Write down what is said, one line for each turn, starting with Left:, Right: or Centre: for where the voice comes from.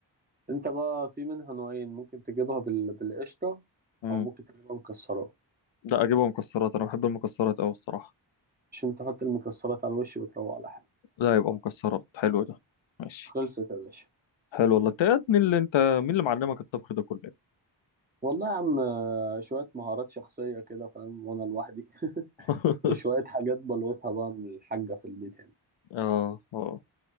Right: انت بقى في منها نوعين ممكن تجيبها بال... بالقشطه
Left: امم
Right: او ممكن تجيبها مكسرات
Left: لا اجيبها مكسرات انا بحب المكسرات قوي الصراحه
Right: عشان تحط المكسرات على الوش وتروق على حالك
Left: لا يبقى مكسرات حلو ده ماشي
Right: خلصت يا باشا
Left: حلو والله انت يا ابني اللي انت مين اللي معلمك الطبخ ده كله
Right: والله يا عم آه، شوية مهارات شخصية كده فاهم وأنا لوحدي <laughs>
Left: <laughs>
Right: وشوية حاجات بلوتها بقى من الحاجة في البيت يعني
Left: اه اه